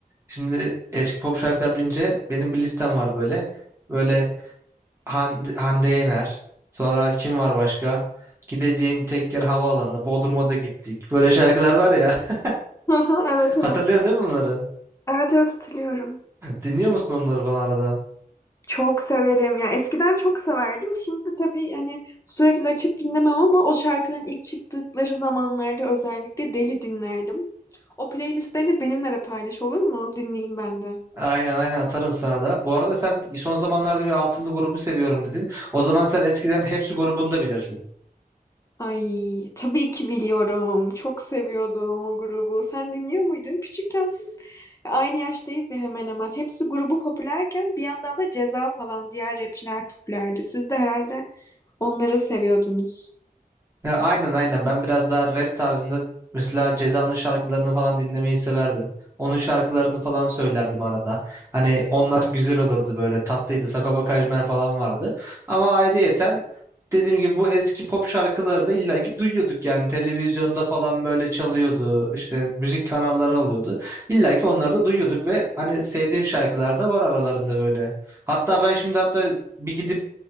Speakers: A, on the right; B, on the left.
A: Şimdi eski pop şarkılar deyince benim bir listem var böyle. Böyle Hande, Hande Yener. Sonra kim var başka? Gideceğim tek yer havaalanı. Bodrum'a da gittik. Böyle şarkılar var ya. <laughs>
B: <laughs> Evet
A: Hatırlıyorsun
B: evet.
A: değil mi bunları?
B: Evet evet hatırlıyorum.
A: Dinliyor musun onları falan arada?
B: Çok severim. Yani eskiden çok severdim. Şimdi tabii hani sürekli açıp dinlemem ama o şarkıların ilk çıktıkları zamanlarda özellikle deli dinlerdim. O playlistlerini benimle de paylaş olur mu? Dinleyeyim ben de.
A: Aynen aynen atarım sana da. Bu arada sen son zamanlarda bir altılı grubu seviyorum dedin. O zaman sen eskiden Hepsi grubunu da bilirsin.
B: Ay, tabii ki biliyorum. Çok seviyordum o grubu. Sen dinliyor muydun? Küçükken siz aynı yaştayız ya hemen hemen. Hepsi grubu popülerken bir yandan da Ceza falan diğer rapçiler popülerdi. Siz de herhalde onları seviyordunuz.
A: Ya aynen aynen ben biraz daha rap tarzında mesela Ceza'nın şarkılarını falan dinlemeyi severdim. Onun şarkılarını falan söylerdim arada. Hani onlar güzel olurdu böyle tatlıydı. Sagopa Kajmer falan vardı. Ama ayrıyeten dediğim gibi bu eski pop şarkıları da illaki duyuyorduk yani televizyonda falan böyle çalıyordu. İşte müzik kanalları oluyordu. İllaki onları da duyuyorduk ve hani sevdiğim şarkılar da var aralarında böyle. Hatta ben şimdi hatta bir gidip